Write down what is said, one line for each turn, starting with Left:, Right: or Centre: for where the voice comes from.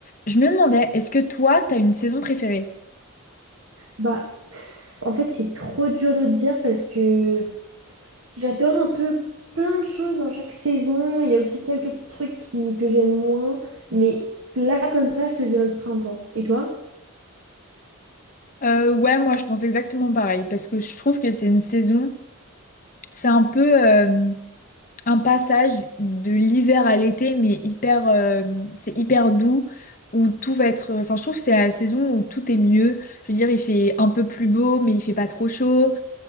Left: Je me demandais, est-ce que toi, t'as une saison préférée?
Right: Bah, pff, en fait, c'est trop dur de te dire parce que j'adore un peu plein de choses dans chaque saison. Il y a aussi quelques petits trucs qui, que j'aime moins. Mais là, comme ça, je te dirais le printemps. Et toi?
Left: Euh, ouais, moi, je pense exactement pareil, parce que je trouve que c'est une saison, c'est un peu euh, un passage de l'hiver à l'été, mais hyper, euh, c'est hyper doux, où tout va être. Enfin, je trouve que c'est la saison où tout est mieux. Je veux dire, il fait un peu plus beau, mais il fait pas trop chaud.